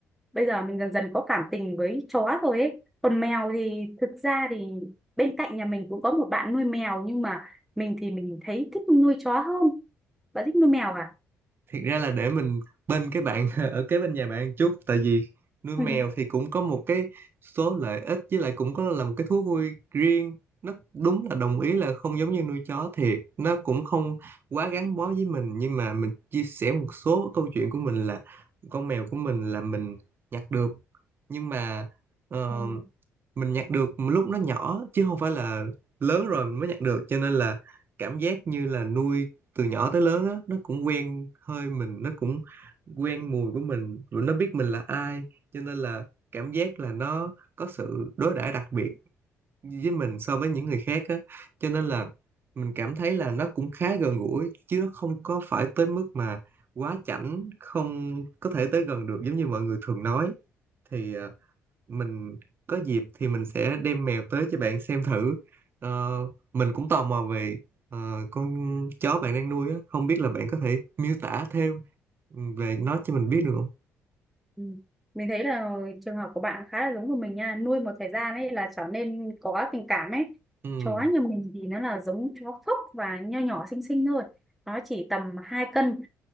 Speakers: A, in the centre; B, on the right.
A: bây giờ mình dần dần có cảm tình với chó rồi ấy còn mèo thì thực ra thì bên cạnh nhà mình cũng có một bạn nuôi mèo nhưng mà mình thì mình thấy thích nuôi chó hơn bạn thích nuôi mèo à
B: thiệt ra là để mình bên cái bạn <laughs> ở kế bên nhà bạn chút tại vì nuôi mèo
A: ừ.
B: thì cũng có một cái số lợi ích với lại cũng có là một cái thú vui riêng nó đúng là đồng ý là không giống như nuôi chó thiệt nó cũng không quá gắn bó với mình nhưng mà mình chia sẻ một số câu chuyện của mình là con mèo của mình là mình nhặt được nhưng mà ờ,
A: <laughs>
B: mình nhặt được lúc nó nhỏ chứ không phải là lớn rồi mình mới nhặt được cho nên là cảm giác như là nuôi từ nhỏ tới lớn á nó cũng quen hơi mình nó cũng quen mùi của mình và nó biết mình là ai cho nên là cảm giác là nó có sự đối đãi đặc biệt với mình so với những người khác á cho nên là mình cảm thấy là nó cũng khá gần gũi chứ nó không có phải tới mức mà quá chảnh không có thể tới gần được giống như mọi người thường nói thì ờ, mình có dịp thì mình sẽ đem mèo tới cho bạn xem thử Ờ, mình cũng tò mò về ờ, con chó bạn đang nuôi á không biết là bạn có thể miêu tả thêm về nó cho mình biết được không
A: Ừ. Ừ. mình thấy là trường hợp của bạn khá là giống của mình nha nuôi một thời gian ấy là trở nên có tình cảm ấy
B: ừ
A: chó nhà mình thì nó là giống chó phốc và nho nhỏ xinh xinh thôi nó chỉ tầm hai cân